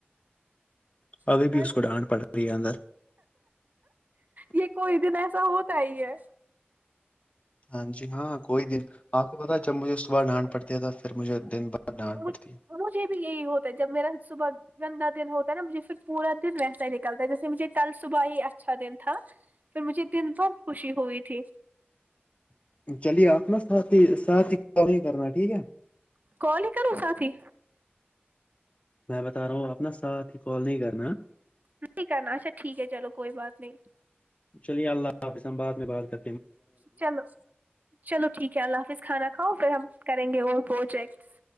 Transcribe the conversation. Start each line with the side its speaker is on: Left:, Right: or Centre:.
Left: ابھی
Right: ہے
Left: بھی اس
Right: نا
Left: کو ڈانٹ پڑ تی ہے اندر
Right: یہ کوئی دن ایسا ہوتا ہی ہے
Left: ہاں جی ہاں کوئی دن آپ کو پتا ہے جب مجھے اس صبح ڈانٹ پڑتی ہے تھا پھر مجھے دن بعد ڈانٹ
Right: مجھ-
Left: پڑتی ہے
Right: مجھے بھی یہی ہوتا ہے جب میرا صبح گندا دن ہوتا ہے نا مجھے پھر پورا دن ویسا ہی نکلتا ہے جیسے مجھے کل صبح ہی اچھا دن تھا پھر مجھے دن بھر خوشی ہوئی تھی
Left: چلیے آپ نا ساتھی ساتھی کو ہی کرنا ٹھیک ہے
Right: کال ہی کرو ساتھ ہی
Left: میں بتا رہا ہوں آپ نا ساتھ ہی کال نہیں کرنا
Right: نہیں کرنا اچھا ٹھیک ہے چلو کوئی بات نہیں
Left: چلیے اللہ حافظ ہم بعد میں بات کر
Right: چلو چلو ٹھیک ہے اللہ حافظ کھانا کھاو پھر ہم کریں گے وہ ہوجیکس